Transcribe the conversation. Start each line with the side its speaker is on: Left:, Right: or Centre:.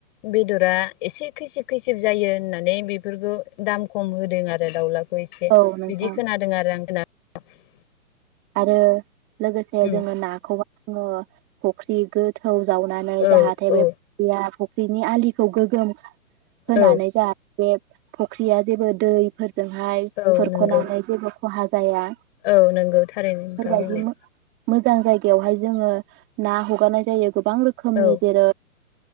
Left: बेदरा एसे खैसिब खैसिब जायो होननानै बेफोरखौ दाम खम होदों आरो दावला। इसे
Right: औ नोंथां
Left: बिदि खोनादों आरो आं <unintelligible>
Right: आरो। लोगोसे
Left: उम
Right: जोङो नाखौ जोङो फख्रि गोथौ। जावनानै
Left: औ
Right: जाहाथे
Left: औ
Right: बे <unintelligible> बिनि आलिखौ गोगोम होनानै
Left: औ
Right: जा बे फुख्रिया जेबो दै फोर जोंहाय
Left: औ
Right: खुरख'नानै
Left: नंगौ
Right: जेबो खहा जाया
Left: औ नोंगौ थारैनो
Right: बेफोरबायदि
Left: नोंथां बुंनाय
Right: मोजां जायगायावहाय जोङो ना हगारनाय जायो गोबां रोखोमनि
Left: औ
Right: जेरै